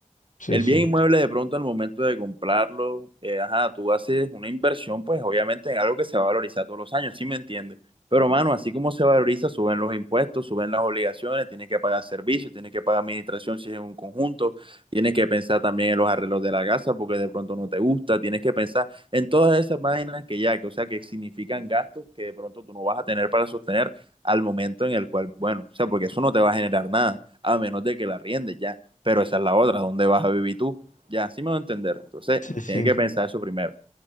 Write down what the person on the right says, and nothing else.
El
bien inmueble de pronto al momento de comprarlo, eh, ajá, tú haces una inversión, pues obviamente en algo que se va a valorizar todos los años, ¿sí me entiendes? Pero mano, así como se valoriza, suben los impuestos, suben las obligaciones, tienes que pagar servicios, tienes que pagar administración si es un conjunto, tienes que pensar también en los arreglos de la casa porque de pronto no te gusta, tienes que pensar en todas esas vainas que ya, que o sea, que significan gastos que de pronto tú no vas a tener para sostener al momento en el cual, bueno, o sea, porque eso no te va a generar nada, a menos de que la riendes ya pero esa es la otra, ¿dónde vas a vivir tú? Ya, así me va a entender. Entonces,
tienes que pensar eso primero.